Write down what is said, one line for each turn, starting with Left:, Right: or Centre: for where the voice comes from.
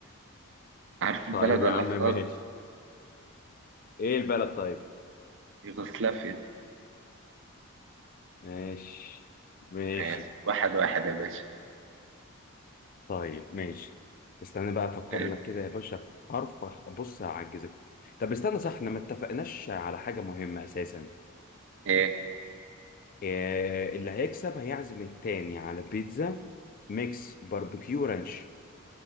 Right: عارف البلد
Left: طيب يا
Right: ولا
Left: عم
Right: خلاص
Left: ماشي ايه البلد طيب
Right: يوغوسلافيا
Left: ماشي ماشي
Right: ماشي واحد واحد يا باشا
Left: طيب ماشي استنى بقى افكر
Right: إيه
Left: لك كده يا باشا في حرف أخ- بص هعجزك طب استنى صح احنا ما اتفقناش على حاجة مهمة اساسا
Right: إيه.
Left: إيه اللي هيكسب هيعزم التاني على بيتزا ميكس باربيكيو رانش